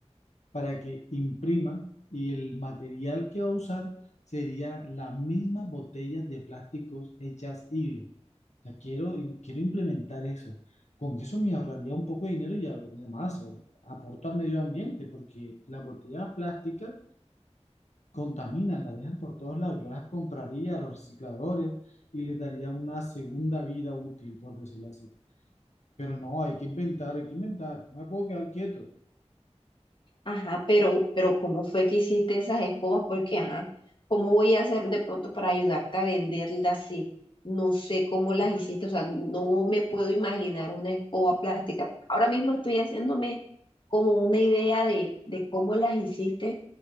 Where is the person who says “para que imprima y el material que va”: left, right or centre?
Left